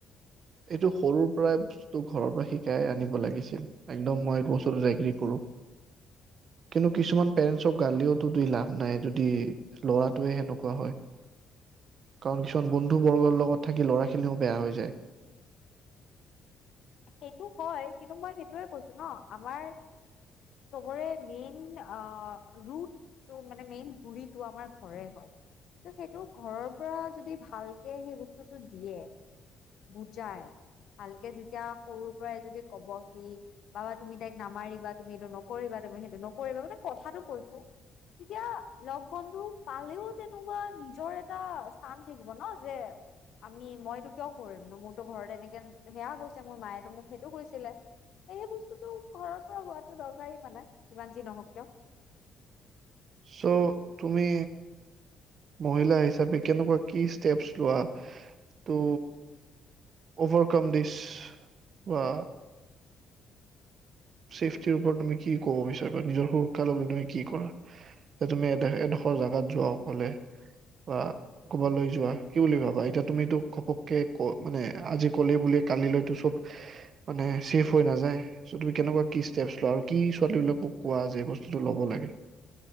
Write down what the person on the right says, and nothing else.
এইটো সৰুৰ পৰাই বস্তু ঘৰৰ পৰা শিকাই আনিব লাগিছিল। একদম মই এই বস্তুটোত এগ্ৰী কৰোঁ কিন্তু কিছুমান পেৰেণ্টছক গালিও তু দি লাভ নাই যদি ল'ৰাটোৱে সেনেকুৱা হয় কাৰণ বন্ধু বৰ্গৰ লগত থাকি ল'ৰা খিনি। বেয়া হৈ যায়
চ' তুমি মহিলা হিচাপে কেনেকুৱা কি ষ্টেপচ লোৱা, টু অভাৰকাম দিচ বা ছেফটিৰ ওপৰত তুমি কি ক'ব বিচাৰিবা নিজৰ সৰুকালৰ দিনত কি কৰা, যে তুমি এ এডখৰ জোগাত যোৱা অকলে বা ক'বালৈ যোৱা কি বুলি ভাবা এতিয়া তুমিটো ঘপককে ক মানে আজি ক'লে বুলি কালিলৈতো চব মানে ছেফ হৈ নাযায় কেনেকুৱা কি ষ্টেপছ লোৱা আৰু কি ছোৱালী বিলাকক কোৱা যে বস্তুটো ল'ব লাগে?